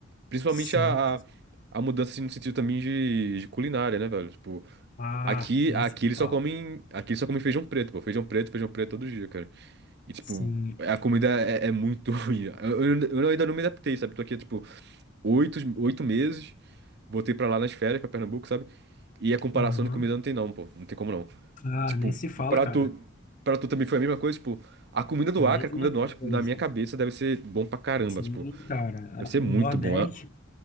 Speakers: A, on the right; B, on the left.
A: Principalmente
B: sim.
A: a, a, a mudança assim, no sentido também de, de culinária, né, velho? Tipo,
B: Ah,
A: aqui,
B: nem
A: aqui
B: se
A: eles
B: fala.
A: só comem, aqui eles só comem feijão preto, pô. Feijão preto, feijão preto todo dia, cara. E, tipo,
B: Sim,
A: a comida é, é muito <laughs> ruim. Eu, eu, eu ainda não me adaptei, sabe? Tô aqui, há, tipo, oito, oito meses. Voltei pra lá nas férias, pra Pernambuco, sabe? E a comparação
B: aham.
A: de comida não tem não, pô. Não tem como não.
B: Ah,
A: Tipo,
B: nem se fala,
A: pra
B: cara.
A: tu, pra tu também foi a mesma coisa, tipo, a comida do
B: Mesma
A: Acre, a comida do
B: coisa.
A: Norte, na minha cabeça, deve ser bom pra caramba,
B: Sim,
A: tipo,
B: cara.
A: deve ser
B: Ah,
A: muito
B: O Nordeste.
A: bom. É-